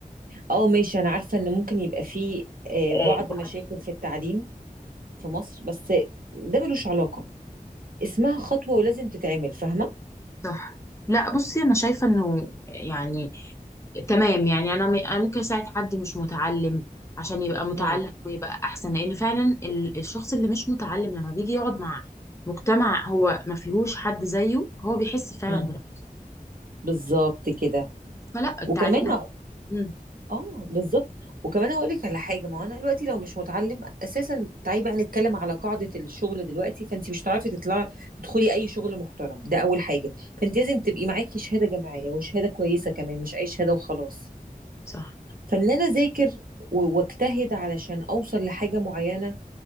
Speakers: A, on the right; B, on the left.
A: اه ماشي انا عارفه ان ممكن يبقى فيه آه،
B: سبب
A: بعض مشاكل في التعليم في مصر بس ده ملوش علاقه اسمها خطوه ولازم تتعمل فاهمه
B: صح لا بصي انا شايفه انه يعني تمام يعني انا م- أنا ممكن اساعد حد مش متعلم عشان يبقى متعلم
A: مم.
B: ويبقى احسن لان فعلا ال- الشخص اللي مش متعلم لما بيجي يقعد مع مجتمع هو ما فيهوش حد زيه هو بيحس فعلا
A: مم.
B: بالراحه
A: بالظبط كده
B: فلا التعليم
A: وكمان
B: مم،
A: اه بالظبط وكمان هقول لك على حاجه ما هو انا دلوقتي لو مش متعلم اساسا تعالي بقى نتكلم على قاعده الشغل دلوقتي فانت مش هتعرفي تطلعي تدخلي اي شغل محترم ده اول حاجه فانت لازم تبقي معاكي شهاده جامعيه وشهاده كويسه كمان مش اي شهاده وخلاص
B: صح
A: فان انا اذاكر و- واجتهد علشان اوصل لحاجه معينه